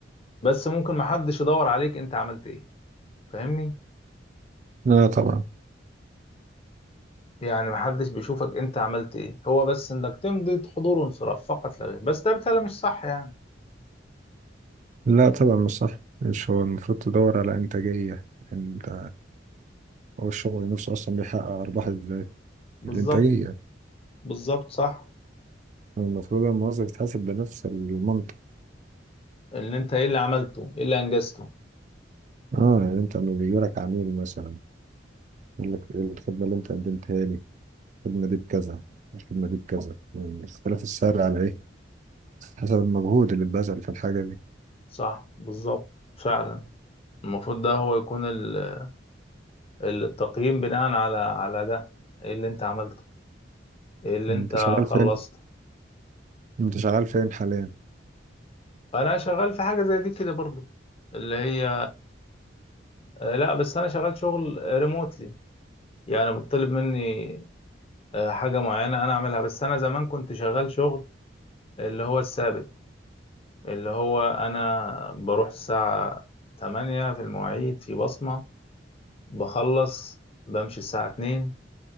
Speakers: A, on the left; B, on the right.
A: بس ممكن محدش يدور عليك انت عملت ايه فاهمني
B: لا طبعا
A: يعني محدش بيشوفك انت عملت ايه هو بس انك تمضي حضور وانصراف فقط لا غير بس ده بالتالي مش صح يعني
B: لا طبعا مش صح مش هو المفروض تدور على إنتاجية انت هو الشغل نفسه أصلا بيحقق أرباح ازاي
A: بالظبط
B: بالإنتاجية
A: بالظبط صح
B: المفروض الموظف يتحاسب بنفس المنطق
A: ان انت ايه اللي عملته ايه اللي انجزته
B: اه يعني انت لما بيجيلك عميل مثلا يقول لك إيه الخدمة اللي أنت قدمتها لي الخدمة دي بكذا الخدمة دي بكذا اختلاف السعر على إيه حسب المجهود اللي اتبذل في الحاجة دي
A: صح بالظبط فعلا المفروض ده هو يكون ال- التقييم بناء على على ده ايه اللي انت عملته ايه اللي
B: أنت
A: انت
B: شغال
A: خلصته
B: فين أنت شغال فين حاليا
A: انا شغال في حاجه زي دي كده برضو اللي هي آه، لا بس انا شغال شغل ريموتلي يعني بتطلب مني آه، حاجه معينه انا اعملها بس انا زمان كنت شغال شغل اللي هو الثابت اللي هو انا بروح الساعه 8 في المواعيد في بصمه بخلص بمشي الساعه 2